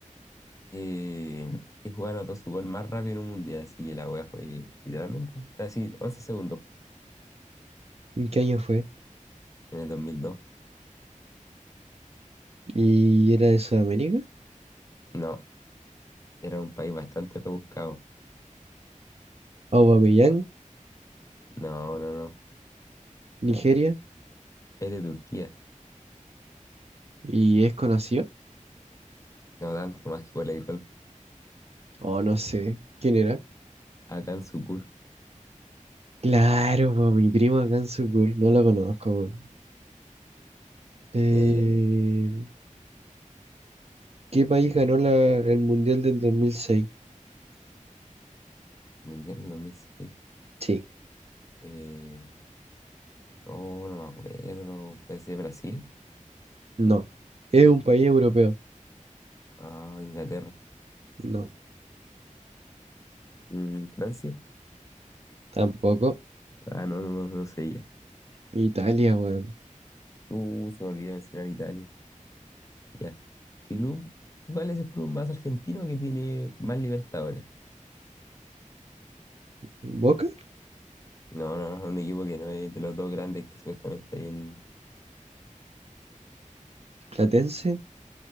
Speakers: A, on the left (about 25°); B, on the right (about 50°).
A: Eh, y jugaron anotó su gol más rápido en un mundial. Así que la wea fue literalmente. Es decir, once segundos
B: ¿En qué año fue?
A: en el dos mil dos
B: ¿Y era de Sudamérica?
A: No. Era un país bastante rebuscado.
B: Aubameyang,
A: No, no, no.
B: Nigeria.
A: Es de Turquía.
B: ¿Y es conocido?
A: No tanto más que por el alcohol
B: Oh, no sé. ¿Quién era?
A: Acá en Sucur.
B: Claro, po, mi primo acá en Sucur. No lo conozco, Eh,
A: Ya, ya. ya.
B: ¿qué país ganó la- el Mundial del 2006?
A: Mundial del 2006.
B: Sí,
A: Eh, oh, no me acuerdo. ¿Puede ser Brasil?
B: no. ¿Es un país europeo?
A: Ah, Inglaterra.
B: No,
A: Mm, ¿Francia?
B: tampoco.
A: Ah, no, no, no, no sería.
B: Italia, weón.
A: Uh, se me olvidó mencionar Italia. Ya. ¿Qué club? ¿Cuál es el club más argentino que tiene más Libertadores?
B: ¿Boca?
A: No, no, no, un equipo que no es de los dos grandes que supuestamente hay en...
B: ¿Platense?